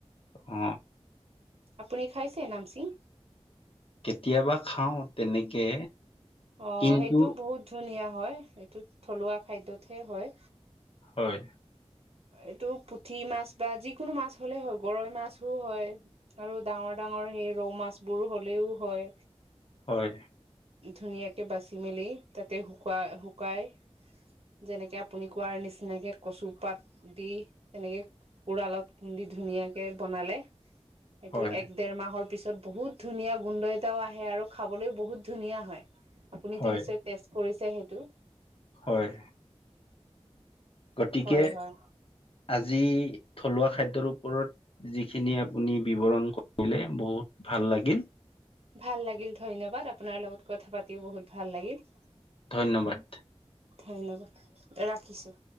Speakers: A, on the left (about 55°); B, on the right (about 65°).
A: অ
B: আপুনি খাইছে নামচিং
A: কেতিয়াবা খাওঁ তেনেকে
B: অ
A: কিন্তু
B: সেইটো বহুত ধুনীয়া হয় সেইটো থলুৱা খাদ্যাতহে হয়।
A: হয়
B: এইটো পুঠি মাছ বা যিকোনো মাছ হ'লে হয় গৰৈ মাছো হয় আৰু ডাঙৰ ডাঙ ডাঙৰ সেই ৰৌ মাছ বোৰ হ'লেও হয়।
A: হয়।
B: ধুনীয়াকে বাচি মেলি তাতে শুকাই শুকাই যেনেকে আপুনি কোৱাৰ নিচিনাকে কচু পাত দি তেনেকে উৰালত খুন্দি ধুনীয়াকে বনালে সেইটো
A: হয়
B: এক দেৰ মাহৰ তাৰ পিছত বহুত ধুনীয়া গোন্ধ এটাও আহে আৰু খাবলৈও বহুত ধুনীয়া হয়। আপুনটো
A: হয়
B: নিশ্চয় টেষ্ট কৰিছে সেইটো।
A: হয় গতিকে
B: হয় হয়
A: আজি থলুৱা খাদ্যৰ ওপৰত যিখিনি আপুনি বিৱৰণ কৰিলে বহুত ভাল লাগিল।
B: ভাল লাগিল ধন্যবাদ আপোনাৰ লগত কথা পাতিও বহুত ভাল লাগিল।
A: ধন্যবাদ।
B: ধন্যবাদ ৰাখিছো।